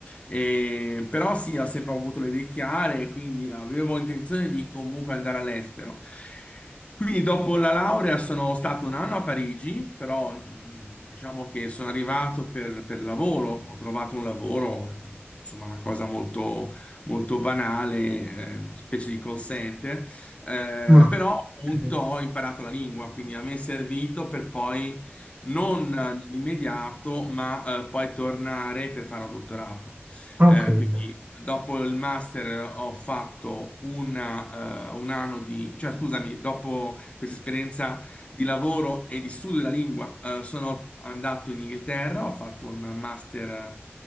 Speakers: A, on the left; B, on the right.
A: E- però sì, ho sempre avuto le idee chiare, quindi avevo intenzione di comunque andare all'estero. Quindi dopo la laurea sono stato un anno a Parigi, però mh, diciamo che sono arrivato per, per lavoro, ho trovato un lavoro, eh, insomma una cosa molto, molto banale, eh, una specie di call center, eh,
B: No, ho
A: però appunto
B: capito.
A: ho imparato la lingua, quindi a me è servito per poi non nell'immediato, ma eh, poi tornare per fare un dottorato.
B: Ho
A: Eh,
B: capito.
A: quindi dopo il master eh, ho fatto una, eh, un anno di, cioè scusami, dopo questa esperienza di lavoro e di studio della lingua. Eh, sono andato in Inghilterra, ho fatto un master eh,